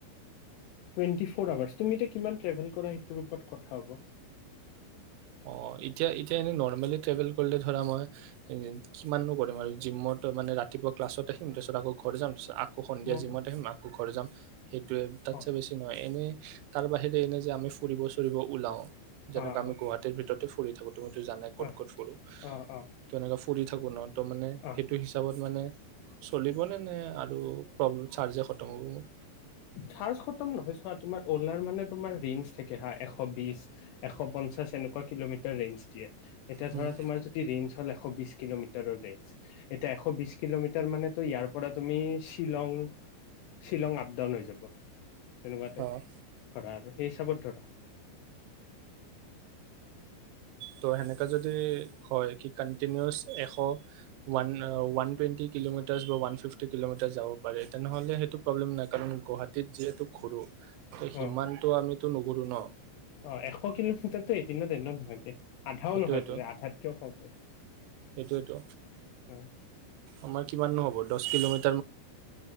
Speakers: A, on the left (about 80°); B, on the right (about 85°).
A: টুৱেণ্টি ফৰ আৱাৰ্চ তুমি এতিয়া কিমান ট্ৰেভেল কৰা সেইটোৰ ওপৰত কথা হ'ব।
B: অঁ এতিয়া এতিয়া এনেই নৰ্মেলি ট্ৰেভেল কৰিলে ধৰা মই কিমাননো কৰিম আৰু জিমত মানে ৰাতিপুৱা ক্লাছত আহিম তাৰপিছত আকৌ ঘৰ যাম তাৰপিছতৌ আকৌ সন্ধিয়া
A: মই
B: জিমত আহিম আকৌ ঘৰ যাম সেইটোৱে তাতছে
A: অ
B: বেছি নহয় এনেই তাৰ বাহিৰে এনে যে আমি ফুৰিব চুৰিব ওলাও যেনেক
A: অ
B: আমি
A: অ
B: গুৱাহাটীৰ ফৰি থাকো তুমি জানে ক'ত
A: অ
B: ক'ত ফুৰোনে
A: অ অ
B: পঢ় থোঁ ন ত মানে
A: অ
B: সেইটো হিচাপত মানে চলিবনে নে? আৰু প্ৰব্লেম চাৰ্জে খতম হ'ব মোৰ।
A: চাৰ্জ খতম নহয় চোৱা তোমাৰ অলাৰ মানে তোমাৰ ৰেঞ্জ থাকে হা- এশ বিশ এশ পঞ্চাশ এনেকুৱা কিলোমিটাৰ ৰেঞ্জ দিয়ে। এতিয়া
B: উম।
A: ধৰা তোমাৰ যদি ৰেঞ্জ হ'ল এশ বিশ কিলোমিটাৰৰ ৰেঞ্জ। এতিয়া এশ বিশ কিলোমিটাৰ মানেো ইয়াৰ পৰা তুমি শ্বিলং শ্বিলং আপ ডাউন হৈছে। তেনেকুৱা টাইপ
B: অ',
A: ধৰা আৰু সেই হিচাপত ধৰা। <inaudible>
B: ত' সেনেকে যদি- হয় কি কন্টিনউচ এশৱান ওৱান টুৱেণ্টি কিলোমিটাৰছ বা ওৱান ফিফটি কিলোমিটাৰছ যাব পাৰে তেনেহলে সেইটো প্ৰব্লেম নাই কাৰণ গুৱাহাটীত যিহেতু ঘুৰু। ত- সিমানতটো
A: অ
B: আমি- নুঘুৰো ন?
A: অ এশ কিলোমিটাৰতো এদিনত এনেও নহয়। আধাও
B: সেইটোৱেতো
A: নহয় তাৰ আধাতকেও কম হয়।
B: সেইটোৱেতো।
A: অ-
B: আমাৰ কিমাননো হ'ব? দহ কিলোমিটাৰ-